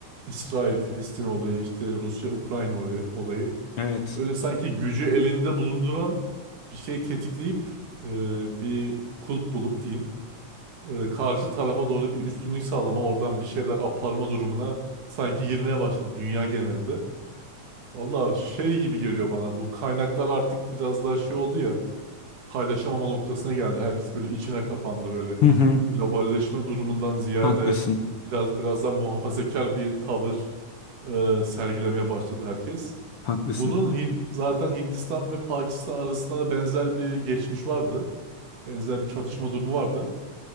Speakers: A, on the right; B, on the left.
A: İsrail-Filistin olayı, işte Rusya-Ukrayna olayı. olayı.
B: Evet.
A: Böyle sanki gücü elinde bulunduran bir şey tetikleyip e, bir kulp bulup diyeyim. e, karşı tarafa doğru bir üstünlük sağlama, oradan bir şeyler aparma durumuna sanki girmeye başladı dünya genelinde. Valla şey gibi geliyor bana bu kaynaklar artık biraz daha şey oldu ya paylaşamama noktasına geldi. Herkes böyle içine kapandı böyle
B: Hı hı.
A: globalleşme durumundan ziyade
B: Haklısın.
A: biraz biraz daha muhafazakar bir tavır e, sergilemeye başladı herkes.
B: Haklısın.
A: Bunun Hin- zaten Hindistan ve Pakistan arasında da benzer bir geçmiş vardı. Benzer bir çatışma durumu vardı.